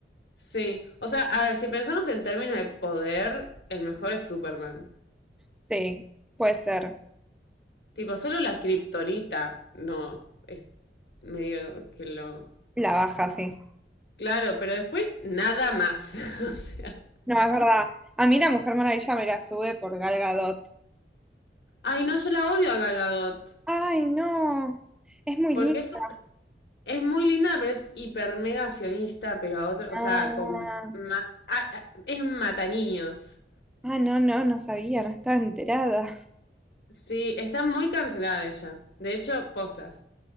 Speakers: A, on the left; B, in the centre.
A: Sí, o sea, a ver, si pensamos en términos de poder, el mejor es Superman.
B: Sí, puede ser.
A: Tipo, solo la kriptonita no es medio que lo.
B: La baja, sí.
A: Claro, pero después nada más. <laughs> o sea.
B: No, es verdad. A mí la Mujer Maravilla me la sube por Gal Gadot.
A: Ay, no, yo la odio a Gal Gadot.
B: Ay, no. Es muy
A: Porque
B: linda.
A: es, es muy linda, pero es hiper mega sionista, pero a otro. O
B: Ah,
A: sea, con. ma- ah, ah, es mata niños.
B: no, no, no sabía, no estaba enterada.
A: Sí, está muy cancelada ella. De hecho, posta.